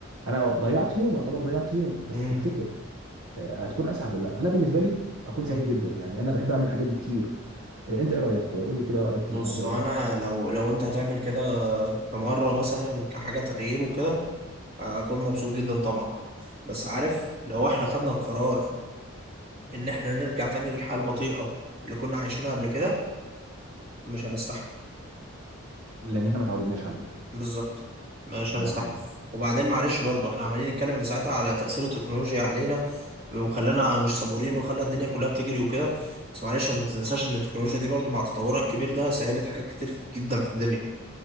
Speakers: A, on the right; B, on the right.
A: انا ضيعت يوم يعتبر ضيعت يوم بس
B: أمم،
A: تفتكر آه، هتكون اسعد ولا لا انا بالنسبه لي اكون سعيد
B: أمم.
A: جدا يعني انا بحب اعمل الحاجات دي كتير آه، انت ايه رايك قول لي كده رايك في
B: بص
A: الموضوع
B: انا
A: ده
B: لو لو انت هتعمل كده كمره مثلا كحاجه تغيير وكده هكون مبسوط جدا طبعا بس عارف لو احنا خدنا القرار ان احنا نرجع تاني للحياة البطيئة اللي كنا عايشينها قبل كده مش هنستحمل
A: لان احنا ما تعودناش عليها
B: بالظبط مش
A: ده
B: هنستحمل
A: حقيقي
B: وبعدين معلش برضو احنا عمالين نتكلم من ساعتها على تأثير التكنولوجيا علينا وخلانا مش صبورين وخلى الدنيا كلها بتجري وكده بس معلش ما تنساش ان التكنولوجيا دي برضو مع تطورها الكبير ده سهلت حاجات كتير جدا في الدنيا